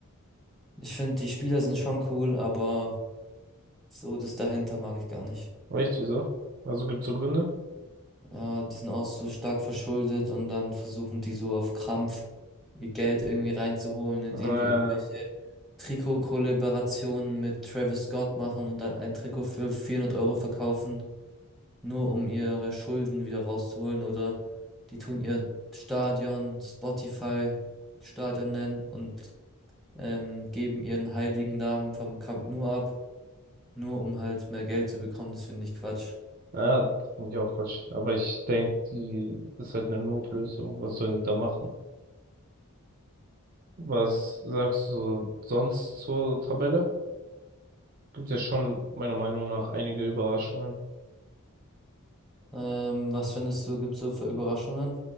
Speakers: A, in the centre; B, on the right.
A: ich finde, die Spieler sind schon cool, aber so das dahinter mag ich gar nicht.
B: Echt, wieso? Also gibt's so Gründe?
A: Ja, die sind auch so stark verschuldet und dann versuchen die so auf Krampf ihr Geld irgendwie reinzuholen, indem
B: Äh,
A: die irgendwelche Trikot-Kollaborationen mit Travis Scott machen und dann ein Trikot für 400 Euro verkaufen, nur um ihre Schulden wieder rauszuholen oder die tun ihr Stadion Spotify Stadion nennen und ähm, geben ihren heiligen Namen vom Camp Nou ab, nur um halt mehr Geld zu bekommen. Das finde ich Quatsch.
B: ja, finde ich auch Quatsch. Aber ich denke, die das ist halt eine Notlösung. Was sollen die da machen? Was sagst du sonst zur Tabelle? Gibt ja schon meiner Meinung nach einige Überraschungen.
A: Ähm, was findest du, gibt's so für Überraschungen?